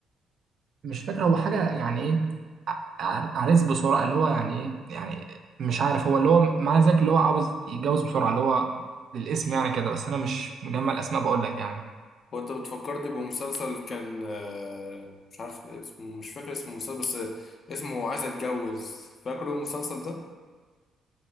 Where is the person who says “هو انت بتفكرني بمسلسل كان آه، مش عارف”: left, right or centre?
Left